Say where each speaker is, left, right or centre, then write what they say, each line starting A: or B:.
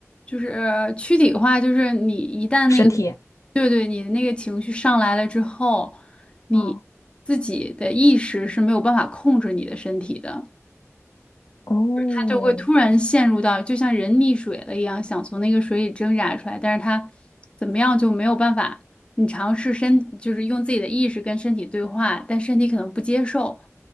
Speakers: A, on the left (about 20°); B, on the left (about 75°).
A: 就是躯体化，就是你一旦那个，
B: 身体。
A: 对对，你的那个情绪上来了之后，你自己的意识是没有办法控制你的身体的。
B: 哦哦，
A: 他就会突然陷入到就像人溺水了一样，想从那个水里挣扎出来，但是他怎么样就没有办法。你尝试身，就是用自己的意识跟身体对话，但身体可能不接受，